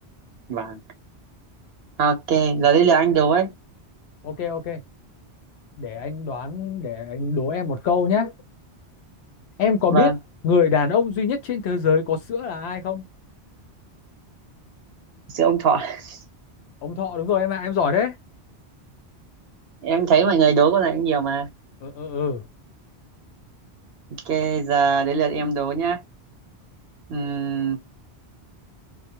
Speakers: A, on the right; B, on the left.
A: Vâng. Ok. Giờ đây là anh đố ấy.
B: ok ok để anh đoán để anh đố em một câu nhé Em có
A: Vâng.
B: biết người đàn ông duy nhất trên thế giới có sữa là ai không?
A: Sự ông Thọ. <laughs>
B: Ông Thọ đúng rồi em ạ, em giỏi đấy.
A: Em thấy mọi người đố con này cũng nhiều mà.
B: Ừ ừ ừ,
A: Ok. Giờ đến lượt em đố nhá. Ừm,